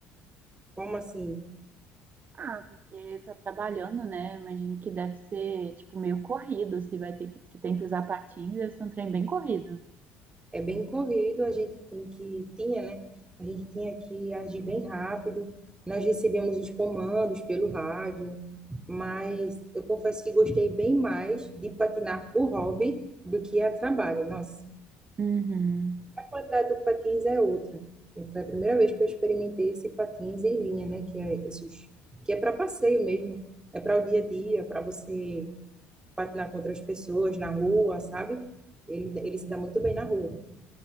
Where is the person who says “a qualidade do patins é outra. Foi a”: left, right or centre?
Right